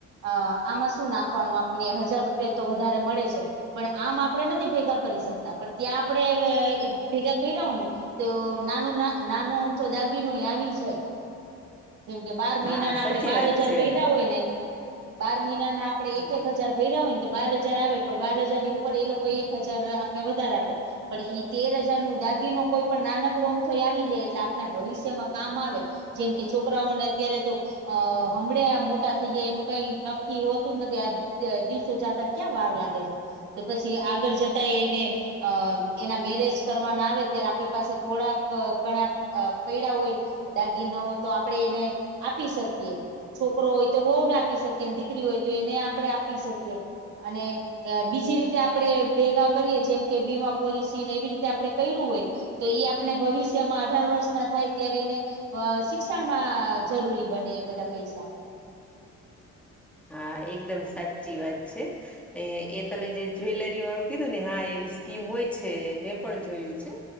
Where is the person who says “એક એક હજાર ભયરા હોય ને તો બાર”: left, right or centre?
Right